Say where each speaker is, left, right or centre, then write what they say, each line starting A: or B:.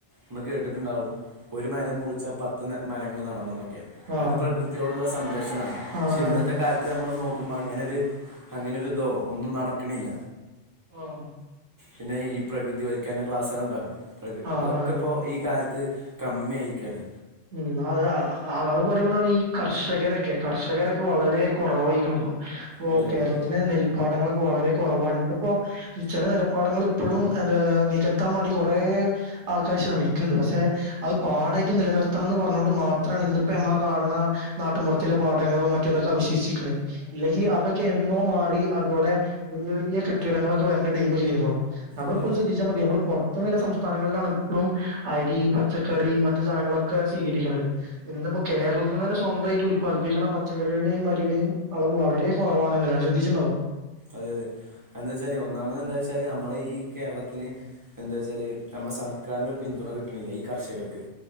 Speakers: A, on the right (about 25°); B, on the right (about 75°).
A: മ്മ കേട്ടിട്ട്ണ്ടാവും ഒരു മരം മുറിച്ചാ പത്ത് ന്ന മരങ്ങൾ നടണംന്ന് ക്കെ
B: ആഹ്
A: അഎക്കെ പ്രകൃതിയോടുള്ള സംരക്ഷണാണ്
B: ആണ്
A: ക്ഷിന്നത്തെ
B: ആണ്
A: കാലത്ത് നമ്മൾ നോക ക്ക് മ്മങ്ങനെരു അങ്ങനൊരു ഇതോ ഒന്നും നടക്ക്ണില്ല
B: ഓഹ്
A: പിന്നെ ഈ പ്രകൃതി വയ്ക്കരണ ക്ലാസേ ള്ണ്ടാവും പ്രകൃ
B: ആഹ്
A: അതൊക്കെ
B: ആണാണ്
A: ഇപ്പോ ഈ കാലത്ത് കമ്മി ആയിക്കാണ്
B: ഉം അഹ് ഹ അഹ് പറി അത് പറയുമ്പോളാണ് മ് ഈ കർഷകരെക്കെ കർഷകര വളരെ കൊറവായിരിക്ക്ണ് പ്പൊ
A: അതെ
B: കേരളത്തിെലെ
A: അതെ
B: നെൽപ്പാടങ്ങളൊക്കെ വളരെ കൊറവാണ് ഇിന്ന്പ്പോ ചെല നെലപാടങ്ങൾ ഇപ്പളും എ നികത്താൻ വാണ്ടി കൊറേ ആൾക്കാ ശ്രമിക്ക്ണ്ട് പക്ഷെ അത് പാടായിട്ട് നിലനിർത്ത ഇത്തണന്ന് പറ്ന്നോണ്ട് മാത്രാണ് ഇന്നിപ്പ അമ്മളെ കാരന്ന നാട്ടുംപൊറ്ത്തിലെ പാഠങ്ങളും മറ്റും അവശേഷിക്ക് ണെ ഇല്ലെങ്കിൽ അതൊക്കെ എന്നോ മാറി അതോടെ വല്ല്യ വല്യ കെട്ടിടങ്ങളൊക്കെ വരണ്ട ടീം <unintelligible> നമ്മളിപ്പോ
A: അതെ
B: ശ്രദ്ധിച്ചാ മതി നമ്മള് പൊറ് <unintelligible> നില സംസ്ഥാനങ്ങളിലാണ് ഇപ്പളും അരി പച്ചക്കറി മറ്റു സാനങ്ങളൊക ക്കെ സ്വീകരിക്കണത് ഇന്ന്പ്പം കേരളത്തി തന്നെ സ്വന്തായിട്ട് ഉല്പാദിപ്പിക്ക്ണെ ഹ് പച്ചക്കറിയുടെയും വ <unintelligible> വളരെ കൊറവാണിന്നലെ ശ്രദ്ധിച്ച്ണ്ടോ?
A: അതെ അതെ അഎന്താച്ചാല് ഒന്നാമത് എന്താ ച്ചാല് അമ്മളെ ഈ കേരളത്തിന് എന്താ <unintelligible> നമ്മ സർക്കാരിനൊരു പിന്തുണ കിട്ട്ണില്ല ഈ കർഷകർക്ക്